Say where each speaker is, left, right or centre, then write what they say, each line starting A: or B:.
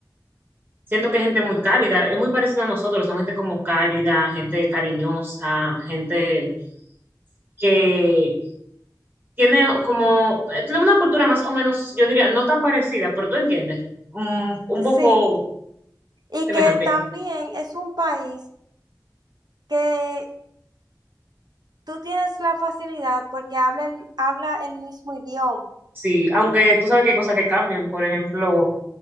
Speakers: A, on the right; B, on the right.
A: Siento que es gente muy cálida, es muy parecida a nosotros, son gente como cálida, gente cariñosa, gente que tiene como, eh, tiene una cultura más o menos, yo diría, no tan parecida, pero tú entiendes, mm, un
B: Sí,
A: poco
B: y
A: semejante.
B: que también es un país que tú tienes la facilidad porque habla el, habla el mismo idioma.
A: Sí, aunque tú sabes que hay cosas que cambian. Por ejemplo,